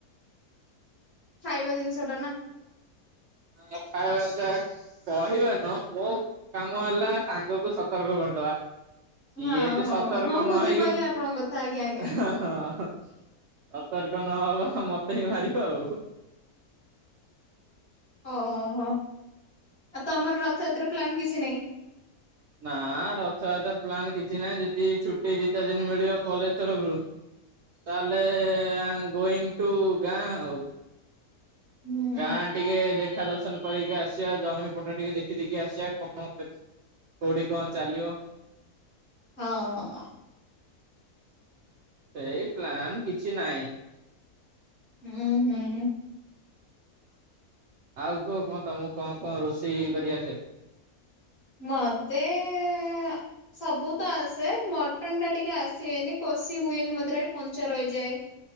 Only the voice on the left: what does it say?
ଖାଇବା ଜିନିଷଟା ନା।
ହଁ
ହଁ
ହଁ
ବୁଝିପାରିଲି
ଆପଣଙ୍କ କଥା ଆଜ୍ଞା ଆଜ୍ଞା।
ଓହୋ! ଆଉ ତମର ରଥଯାତ୍ରା ପ୍ଲାନ୍ କିଛି ନାହିଁ?
ଉଁ
ହଁ।
ହୁଁ-ହୁଁ।
ମତେ-ଏଁ-ଅ ସବୁ ତ ଆସେ, ମଟନ୍ ଟା ଟିକେ ଆସେନି କଷି ହୁଏନି ମୋ ଦ୍ୱରା କଞ୍ଚା ରହିଯାଏ।